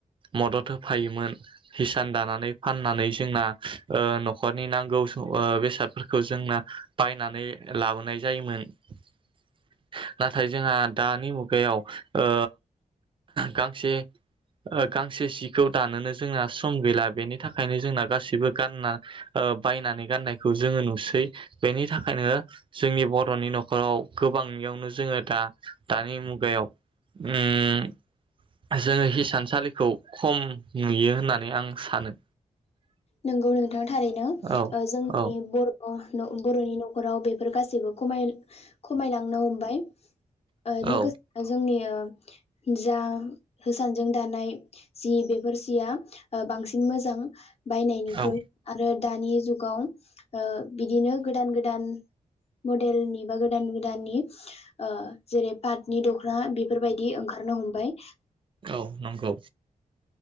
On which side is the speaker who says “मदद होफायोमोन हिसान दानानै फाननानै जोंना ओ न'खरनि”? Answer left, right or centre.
Right